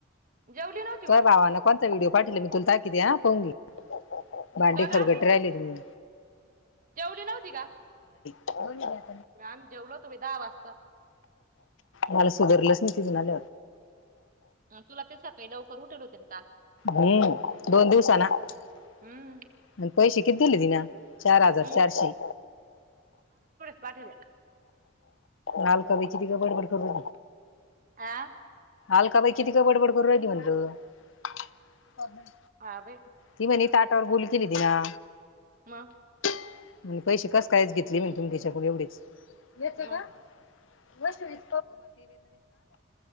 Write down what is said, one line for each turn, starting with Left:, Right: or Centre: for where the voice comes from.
Right: जेवली नव्हती मग?
Left: च गावानं कोनचा व्हिडिओ पाटिवलं तुल ताकीद हे हां पऊन घे. भांडी
Right: का
Left: खरकट
Right: ग?
Left: राहिले त म.
Right: जेवली नव्हती का?
Left: <unintelligible>
Right: म आम्ही जेवलो होतो मी दहा वाजता
Left: मला सुधारलच नव्हतं जलाल
Right: अन तुला ते सकाळी लवकर उठेल होते ना काल.
Left: हं दोन दिवसाला आणि
Right: हम्म.
Left: पैसे किती दिले तिनं? चार हजार
Right: हम्म.
Left: चारशे.
Right: पाठ द्या
Left: नाल कबीची तीगं बड बड करु
Right: आ
Left: आलका बाई किती गं बडबड करू राहिली म्हणल
Right: हा बाई
Left: ती मने तर बोलतीन तिला
Right: मग?
Left: म्हने पैसे कस कायच घेतले मी एवढेच घ्यायचं
Right: मग
Left: का? वैष्णवीच